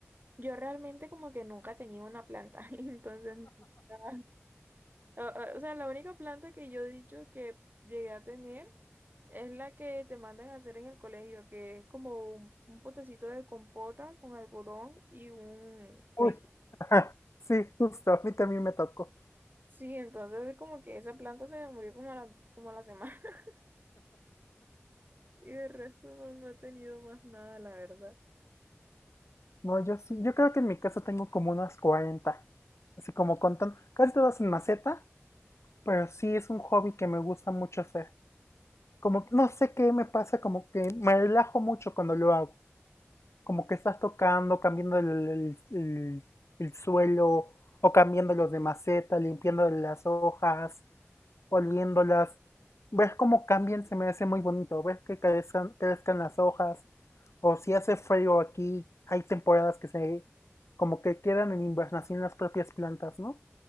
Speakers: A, on the right (about 40°); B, on the left (about 75°).
A: Yo realmente como que nunca tenía una planta, <laughs> entonces, nunca- o, o- o sea, la única planta que yo he dicho que llegué a tener es la que te mandan a hacer en el colegio, que es como un, un potecito de compota con algodón y un frijol.
B: Uy, ajá, sí, justo, a mí también me tocó.
A: Sí, entonces es como que esa planta se me murió como a la, como a la semana <laughs> y de resto no, no he tenido más nada, la verdad.
B: No, yo sí, yo creo que en mi casa tengo como unas 40, así como contando, casi todas en maceta, pero sí es un hobby que me gusta mucho hacer. como que no sé qué me pasa, como que me relajo mucho cuando lo hago. Como que estás tocando, cambiando el, el- el- el suelo, o cambiando los de maceta, limpiando las hojas, oliéndolas. Ver cómo cambian se me hace muy bonito, ver que crezcan, crezcan las hojas, o si hace frío aquí, hay temporadas que se como que quedan en invernación las propias plantas, ¿no?